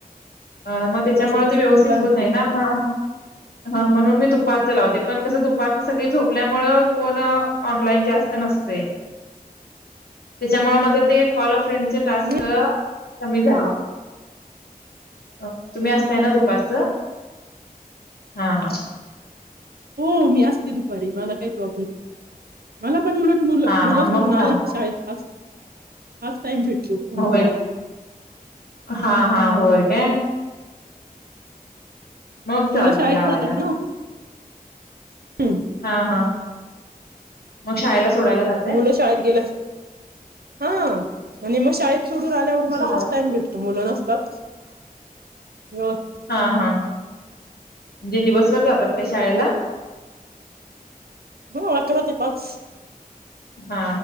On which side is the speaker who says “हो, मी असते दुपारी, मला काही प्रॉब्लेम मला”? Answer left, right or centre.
Right